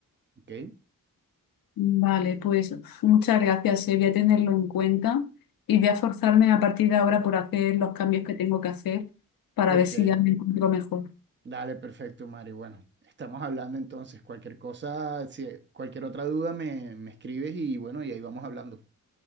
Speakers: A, on the right; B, on the left.
A: ¿Ok?
B: Vale, pues muchas gracias, eh, Voy a tenerlo en cuenta y voy a forzarme a partir de ahora por hacer los cambios que tengo que hacer para
A: Ok.
B: ver si ya me encuentro mejor.
A: Dale, perfecto, Mari. Bueno, estamos hablando entonces. Cualquier cosa, si cualquier otra duda me, me escribes y bueno, y ahí vamos hablando.